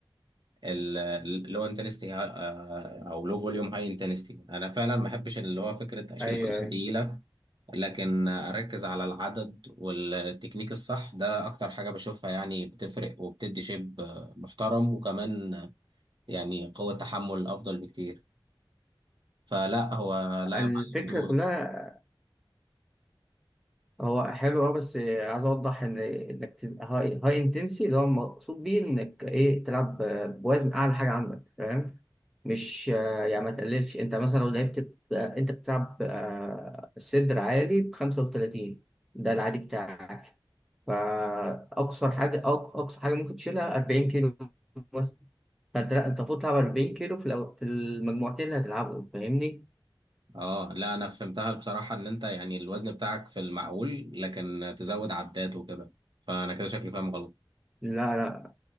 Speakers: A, on the right; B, in the centre.
A: ال اللو انتنستي او لو فوليوم هاي انتنستي انا فعلا ما بحبش اللي هو فكره اشيل
B: ايوه
A: اوزان
B: ايوه
A: تقيله لكن اركز على العدد والتكنيك الصح ده اكتر حاجة بشوفها يعني بتفرق وبتدي شيب محترم وكمان يعني قوة تحمل افضل بكتير فلا هو لا
B: الفكره
A: يا معلم دوس
B: كلها هو حلو اه بس عايز اوضح ان انك تبقى هاي هاي انتنسي اللي هو المقصود بيه انك ايه تلعب بوزن اعلى حاجه عندك فاهم مش آه، يعني ما تقللش انت مثلا لو لعبت ب- آه، انت بتلعب آه، صدر عالي ب 35 ده العادي بتاعك فاقصر حاجه أق- اقصى حاجه ممكن تشيلها 40 كيلو مثلا فانت لا انت المفروض تلعب 40 كيلو في الأو... في المجموعتين اللي هتلعبهم فاهمني؟
A: اه لا انا فهمتها بصراحة ان انت يعني الوزن بتاعك في المعقول لكن تزود عدات وكده فانا كده شكلي فاهم غلط
B: لا لا